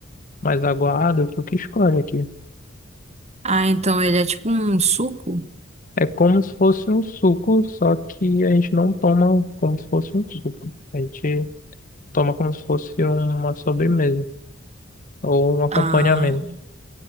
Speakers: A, on the left; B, on the right.
A: mais aguado, tu que escolhe aqui.
B: Ah, então ele é tipo um suco?
A: É como se fosse um suco, só que a gente não toma como se fosse um suco. A gente toma como se fosse uma sobremesa ou um acompanhamento.
B: Ah,